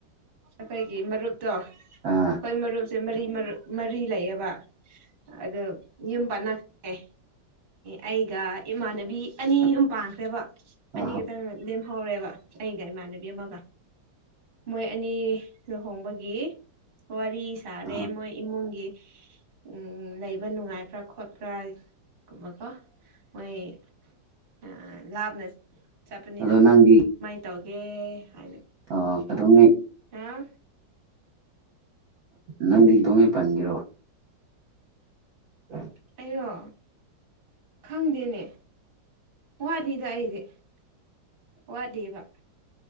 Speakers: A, on the right; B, on the right.
A: ꯑꯩꯈꯣꯏꯒꯤ ꯃꯔꯨꯞ ꯇꯣ
B: ꯑꯥ
A: ꯍꯣꯏ ꯃꯔꯨꯞꯁꯦ ꯃꯔꯤ ꯃꯔꯤ ꯂꯩꯌꯦꯕ ꯑꯗ ꯏꯨꯝ ꯄꯅꯥꯦ ꯑꯩꯒ ꯏꯃꯥꯟꯅꯕꯤ ꯑꯅꯤ ꯑꯨꯝ ꯄꯥꯡꯈ꯭ꯔꯦꯕ
B: ꯍꯣꯏ
A: ꯑꯅꯤ ꯈꯛꯇꯪ ꯂꯦꯝꯍꯧꯔꯦꯕ ꯑꯩꯒ ꯏꯃꯥꯟꯅꯕꯤ ꯑꯃꯒ ꯃꯣꯏ ꯑꯅꯤ ꯂꯨꯍꯣꯡꯕꯒꯤ ꯋꯥꯔꯤ ꯁꯥꯔꯦ
B: ꯍꯣꯏ
A: ꯃꯣꯏ ꯏꯃꯨꯡꯒꯤ ꯎꯝ ꯂꯩꯕ ꯅꯨꯡꯉꯥꯏꯕ꯭ꯔꯥ ꯈꯣꯠꯄ꯭ꯔꯥ ꯀꯨꯝꯃꯀꯣ ꯑꯣꯏꯣꯏ ꯑ ꯂꯥꯚ ꯅ ꯆꯠꯄꯅꯤꯅ
B: ꯑꯗꯣ ꯅꯪꯗꯤ
A: ꯀꯃꯥꯏꯅ ꯇꯧꯒꯦ ꯍꯥꯏꯅ
B: ꯑ ꯀꯗꯧꯉꯩ
A: ꯍꯥ
B: ꯅꯪꯗꯤ ꯈꯤꯇꯣꯡꯉ ꯄꯟꯒꯔꯣ ꯎꯝ
A: ꯑꯩꯔꯣ ꯈꯪꯗꯦꯅꯦ ꯋꯥꯂꯤꯗ ꯏꯦ ꯋꯥꯂꯤꯕ